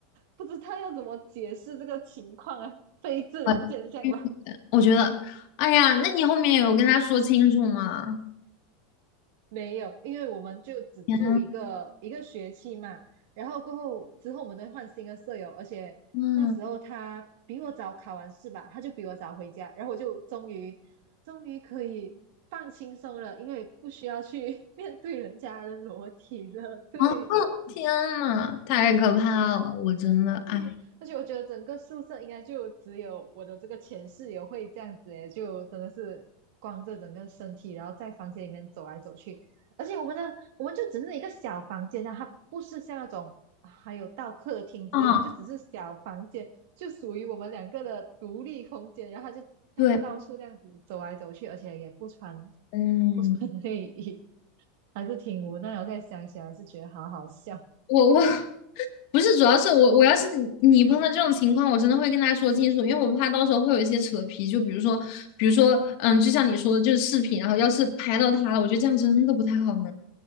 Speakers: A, on the right; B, on the left.
A: 不知道要怎么解释这个情况啊，非自然现象吧。
B: 我去我觉得，哎呀，那你后面有跟他说清楚吗？
A: 没有，因为我们就只住一个一个学期嘛，
B: 天
A: 然后过后之后我们都换新的舍友，而且那时候他比我早考完试吧，
B: 呐，
A: 他就比我早回家，然后我就终于终于可以放轻松了，因为不需要去 <laughs> 面对人家的裸体了。对，
B: 啊，天呐，太可怕了！我真的，
A: 对，
B: 哎呀，
A: 而且我觉得整个宿舍应该就只有我的这个前室友会这样子诶，就真的是光着整个身体，然后在房间里面走来走去。而且我们的我们就只是一个小房间啊，它不是像那种啊还有到客厅之类，
B: 啊，
A: 它就只是小房间，就属于我们两个的独立空间。然后他就他就到处这样子走来走去，
B: 对，
A: 而且也不穿
B: 嗯。
A: 不穿内衣，<laughs> 还是挺无奈的。我在想起来是觉得好好笑。
B: 我我 <laughs> 不是，主要是我我要是你你碰到这种情况，我真的会跟他说清楚，因为我怕到时候会有一些扯皮，就比如说，比如说，嗯，就像你说的，就是视频，然后要是拍到他了，我觉得这样真的不太好呢。